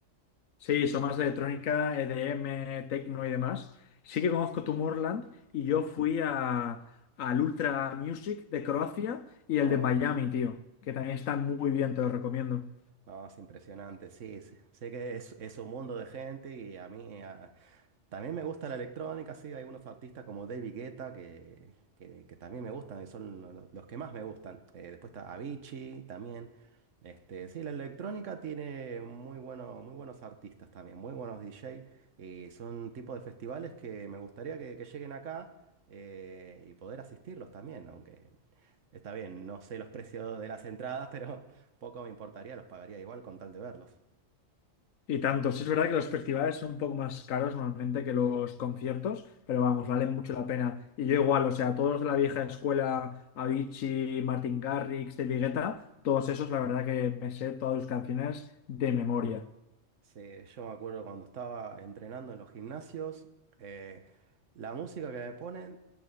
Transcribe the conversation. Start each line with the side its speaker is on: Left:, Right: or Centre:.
Left: Sí, son más de electrónica, EDM, techno y demás. Sí que
Right: Mm.
Left: conozco Tomorrowland y yo fui a, al Ultra Music de Croacia y el
Right: Oh.
Left: de Miami, tío, que también están muy bien, te lo recomiendo.
Right: No, es impresionante, sí, sí. Sé que es, es un mundo de gente y a mí ah, también me gusta la electrónica, sí, hay unos artistas como David Guetta que, que, que también me gustan, y son lo- los que más me gustan. Eh, después está Avicii también. Este, sí, la electrónica tiene muy bueno, muy buenos artistas también, muy buenos DJ y son tipos de festivales que me gustaría que, que lleguen acá eh, y poder asistirlos también, aunque está bien, no sé los precios de las entradas, <laughs> pero... Poco me importaría, los pagaría igual con tal de verlos.
Left: Y tanto, sí es verdad que los festivales son un poco más caros normalmente que los conciertos, pero vamos, valen mucho la pena. Y yo igual, o sea, todos de la vieja escuela, Avicii, Martin Garrix, David Guetta, todos esos, la verdad que me sé todas sus canciones de memoria.
Right: Sí, yo me acuerdo cuando estaba entrenando en los gimnasios, eh, la música que me ponen